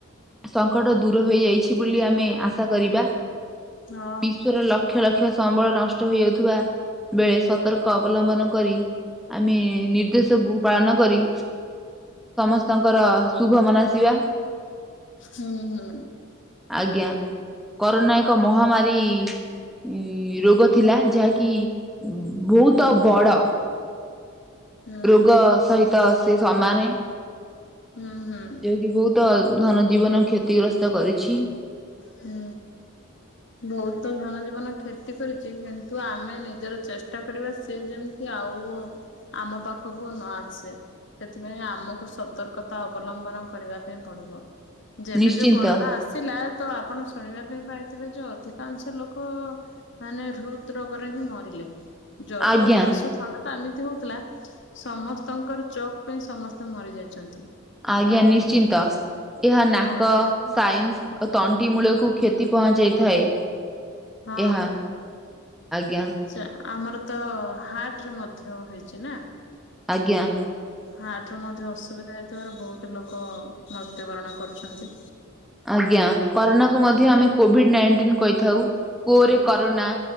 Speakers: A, in the centre; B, on the left.
A: ସଙ୍କଟ ଦୂର ହେଇଯାଇଛି ବୋଲି ଆମେ ଆଶା କରିବା।
B: ହଁ
A: ବିଶ୍ଵର ଲକ୍ଷ ଲକ୍ଷ ସମ୍ବଳ ନଷ୍ଟ ହୋଇଯାଉଥିବା ବେଳେ ସତର୍କ ଅବଲମ୍ବନ କରି ଆମେ ନିର୍ଦ୍ଦେଶକୁ ପାଳନ କରି ସମସ୍ତଙ୍କର ଶୁଭ ମନାସିବା।
B: ହୁଁ ହୁଁ
A: ଆଜ୍ଞା କରୋନା ଏକ ମହାମାରୀ। ଉଁ ରୋଗ ଥିଲା ଯାହାକି ବହୁତ ବଡ।
B: ହୁଁ
A: ରୋଗ ସହିତ ସେ ସମାନେ
B: ହୁଁ ହୁଁ
A: ଯୋଉ କି ବହୁତ୍ ତ ଧନଜୀବନ କ୍ଷତିଗ୍ରସ୍ତ କରିଛି।
B: ହୁଁ। ବହୁତ ଧନ ଜୀବନ କ୍ଷତି କରିଚି। କିନ୍ତୁ ଆମେ ନିଜର ଚେଷ୍ଟା କରିବା ସେ ଯେମିତି। ଯେ ଆଉ ଆମ ପାଖକୁ ନ ଆସେ। ସେଥିପାଇଁ ଆମକୁ ସତର୍କତା ଅବଲମ୍ବନ କରିବା ପାଇଁ ପଡିବ। ଯେବେ
A: ନିଶ୍ଚିନ୍ତ
B: ଯୋଉ କରୋନା ଆସିଲା ତ ଆପଣ ଶୁଣିବା ପାଇଁ ପାଇଥିବେ ଯୋଉ ଅଧିକାଂଶ ଲୋକ ମାନେ ହୃଦ ରୋଗରେ ହିଁ ମରିଲେ ଜ୍ଵର
A: ଆଜ୍ଞା
B: ଖାସ ଥଣ୍ଡା। ତ ଏମିତି ହଉଥିଲା ସମସ୍ତଙ୍କର ଚୋକ୍ ପାଇଁ ସମସ୍ତେ ମରି ଯାଇଛନ୍ତି।
A: ଆଜ୍ଞା ନିଶ୍ଚିନ୍ତ ଏହା ନାକ
B: ହଁ
A: ସାଇନ୍ସ୍ ଓ ତଣ୍ଟି ମୂଳକୁ କ୍ଷତି ପହଞ୍ଚାଇଥାଏ।
B: ହଁ।
A: ଏହା ଆଜ୍ଞା
B: ସେ ଆମର ତ ହାର୍ଟ ରେ ମଧ୍ୟ ହେଇଛି ନା
A: ଆଜ୍ଞା।
B: ହାର୍ଟ ର ମଧ୍ୟ ଅସୁବିଧା ହେଇଥିବାରୁ ବହୁତ ଲୋକ ମୃତ୍ୟୁବରଣ କରୁଛନ୍ତି।
A: ଆଜ୍ଞା କରୋନାକୁ ମଧ୍ୟ ଆମେ କୋଭିଡ ନାଇନ ଟିନ କହିଥାଉ। କୋ ରେ କରୋନା